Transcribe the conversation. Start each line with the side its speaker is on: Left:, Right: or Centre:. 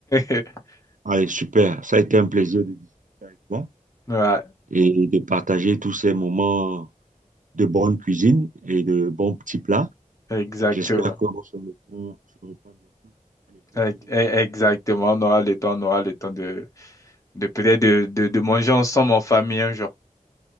Left: <laughs>
Right: Allez, super. Ça a été un plaisir de discuter avec toi
Left: Ouais,
Right: et de partager tous ces moments de bonne cuisine et de bons petits plats.
Left: exactement.
Right: J'espère qu'on se reprend, on se reprend bientôt. Allez, au
Left: E-
Right: plaisir.
Left: e- Exactement. On aura le temps, on aura le temps de, de peut-être de, de, de manger ensemble en famille un jour.